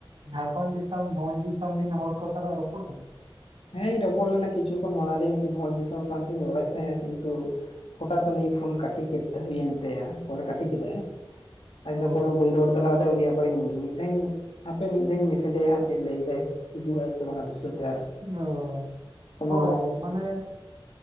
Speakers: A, on the right (about 65°); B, on the left (about 80°).
A: ᱡᱷᱟᱲᱠᱷᱚᱱ ᱫᱤᱥᱚᱢ ᱵᱷᱚᱸᱡᱽ ᱫᱤᱥᱚᱢ ᱨᱮᱱ ᱦᱚᱲ ᱠᱚ ᱥᱟᱞᱟᱜ ᱨᱚᱯᱚᱲ ᱠᱟᱱᱟᱢ
B: ᱦᱮᱸ ᱤᱧ ᱨᱚᱯᱚᱲ ᱞᱮᱱᱟ ᱠᱤᱪᱷᱩ ᱠᱷᱚᱱ ᱢᱟᱲᱟᱝ ᱨᱮ ᱵᱷᱚᱸᱡᱽ ᱫᱤᱥᱚᱢ ᱥᱟᱶᱛᱤᱧ ᱨᱚᱲᱮᱫ ᱛᱟᱸᱦᱮᱱᱟ ᱠᱤᱱᱛᱩ ᱦᱚᱴᱟᱛ ᱩᱱᱤᱭ ᱯᱷᱳᱱ ᱠᱟᱹᱴᱤ ᱠᱮᱫ ᱦᱩᱭᱮᱱ ᱛᱟᱭᱟ ᱠᱚᱞᱮ ᱠᱟᱹᱴᱤ ᱠᱮᱫᱟᱭ ᱤᱱᱟᱹ
A: ᱚ
B: ᱯᱚᱨᱮ ᱵᱟᱧ ᱨᱚᱲ ᱫᱟᱲᱮᱭᱟᱫᱟ <unintelligible> ᱛᱟᱨᱯᱚᱨᱮ ᱢᱤᱫ ᱫᱷᱟᱣ ᱤᱧ ᱦᱟᱯᱮ ᱢᱤᱫ ᱫᱷᱟᱣ ᱤᱧ ᱢᱮᱥᱮᱡᱟᱭ ᱦᱟᱸᱜ ᱪᱮᱫ ᱞᱟᱹᱭ ᱮᱫᱟᱭ ᱦᱤᱡᱩᱜ ᱟᱭ ᱥᱮ ᱵᱟᱝᱟ ᱫᱚᱩᱥᱨᱟᱟᱹ ᱛᱮ ᱟᱨ
A: ᱚ
B: ᱠᱳᱱᱳ
A: ᱦᱳᱭ ᱢᱟᱱᱮ